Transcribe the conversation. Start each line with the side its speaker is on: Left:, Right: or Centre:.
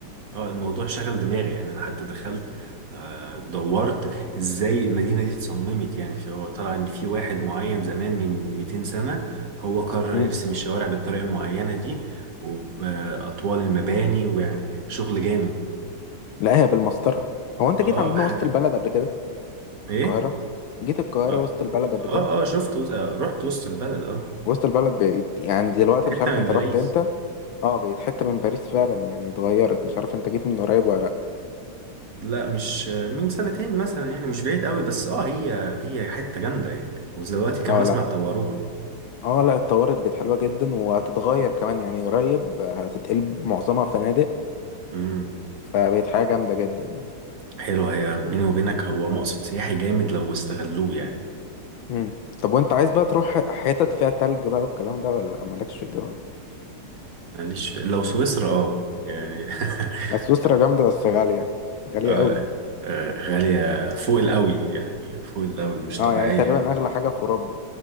Right: اه الموضوع شغل دماغي يعني انا حتى دخلت آه دورت ازاي المدينة دي اتصممت يعني فهو طلع ان في واحد معين زمان من 200 سنة هو قرر
Left: مم.
Right: يرسم الشوارع بالطريقة المعينة دي وبأطوال المباني ويعني شغل جامد
Left: لا هي بالمسطره هو انت جيت
Right: اه
Left: عندنا
Right: حاجة
Left: وسط البلد قبل كده
Right: ايه
Left: القاهره جيت القاهره
Right: اه
Left: وسط البلد قبل كده
Right: اه, آه شفت وس... آه رحت وسط البلد اه
Left: وسط البلد بقيت يعني دلوقتي
Right: حتة
Left: مش عارف
Right: من
Left: انت
Right: باريس
Left: رحت امتى اه بقت حته من باريس فعلا يعني اتغيرت مش عارف انت جيت من قريب ولا لا
Right: لا مش من سنتين مثلا يعني مش بعيد قوي بس اه هي هي حتة جامدة يعني ودلوقتي كمان
Left: اه
Right: اسمع
Left: لا
Right: طوروها
Left: اه لا اتطورت بقت حلوة جدا وهتتغير كمان يعني قريب آه، هتتقلب معظمها فنادق
Right: امم
Left: فبقت حاجة جامدة جدا يعني
Right: حلو هي بيني وبينك هو مقصد سياحي جامد لو استغلوه يعني
Left: مم. طب وانت عايز بقى تروح ح- حتت فيها تلج بقى والكلام ده ولا مالكش في الجو ده
Right: ماليش في... لو سويسرا اه يعني <laughs>
Left: بس سويسرا جامدة بس غالية غالية
Right: آه،
Left: قوي
Right: آه، غالية فوق القوي يعني فوق القوي مش
Left: اه
Right: طبيعية
Left: يعني تقريبا
Right: يعني
Left: اغلى حاجة في اوروبا